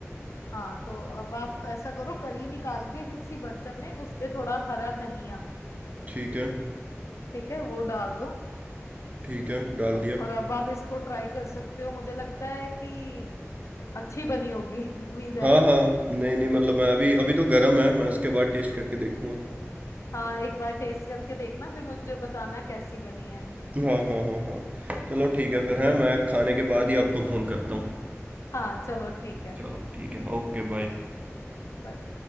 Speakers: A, on the left; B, on the right.
A: हाँ तो अब आप ऐसा करो कड़ी निकाल के किसी बर्तन में उस पे थोड़ा हरा धनिया
B: ठीक है,
A: ठीक है वो डाल दो
B: ठीक है, डाल
A: और
B: दिया।
A: अब आप इसको ट्राई कर सकते हो मुझे लगता है कि अच्छी बनी होगी <laughs> उम्मीद है
B: हाँ, हाँ। नहीं, नहीं मतलब मैं अभी अभी तो गर्म है, मैं उसके बाद टेस्ट करके देखूँगा।
A: हाँ एक बार टेस्ट करके देखना फिर मुझे बताना कैसी बनी है
B: हाँ, हाँ, हाँ, हाँ। चलो ठीक है फिर हैं,
A: चलो
B: मैं खाने के बाद ही आपको फ़ोन करता हूँ।
A: हाँ चलो ठीक है
B: चलो ठीक है ओके बाय
A: Bye.